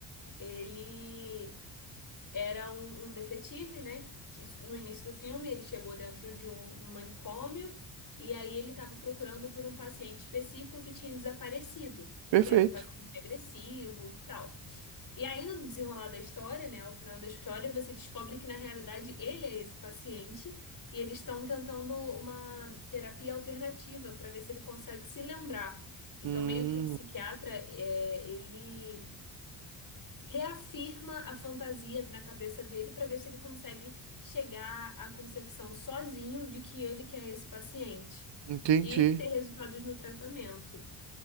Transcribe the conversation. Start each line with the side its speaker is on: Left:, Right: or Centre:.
Left: Ele era um, um detetive, né? Que, que isso- no início do filme ele chegou dentro de um manicômio e aí ele estava procurando por um paciente específico que tinha desaparecido e
Right: perfeito.
Left: que era um paciente agressivo e tal. E aí, no desenrolar da história, né, ao final da história, você descobre que na realidade ele é esse paciente e eles estão tentando uma terapia alternativa para ver se ele consegue se lembrar. Então,
Right: Hum,
Left: meio que o psiquiatra, é, ele reafirma a fantasia na cabeça dele para ver se ele consegue chegar à concepção sozinho de que ele que é esse paciente
Right: entendi.
Left: e ter resultados no tratamento.